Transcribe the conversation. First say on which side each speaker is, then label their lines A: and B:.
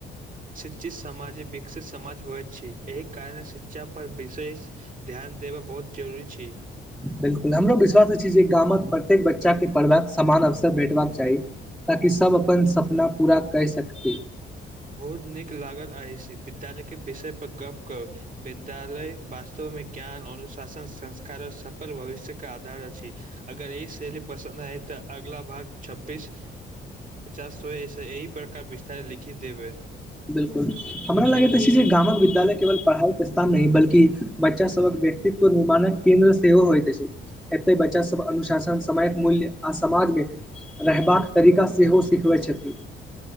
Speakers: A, on the right; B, in the centre.
A: शिक्षित समाज ही विकसित समाज होइ छै एहि कारणे शिक्षा पर विशेष ध्यान देबय बहुत जरूरी छै
B: बिलकुल हमरो विश्वास अछि जे गामक प्रत्येक बच्चाके पढ़बाक समान अवसर भेटबाक चाही ताकि सब अपन सपना पूरा कई सकतै
A: बहुत नीक लागल अछिस विद्यालय के विषय पर गप कर विद्यालय वास्तव मे ज्ञान अनुशासन संस्कार और सफल भविष्य के आधार अछि अगर ई शैली पसन्द आइ तऽ अगला भाग छब्बीस पचास सौ एहि प्रकार विस्तार लिखि देबै
B: बिल्कुल हमरा लगैत अछि जे गामक विद्यालय केवल पढ़ाइके स्थान नहि बल्कि बच्चा सबक व्यक्तित्व निर्माणक केन्द्र सेहो होइत अछि एते बच्चा सब अनुशासन समयक मूल्य आ समाजमे रहबाक तरीका सेहो सिखबैत छथिन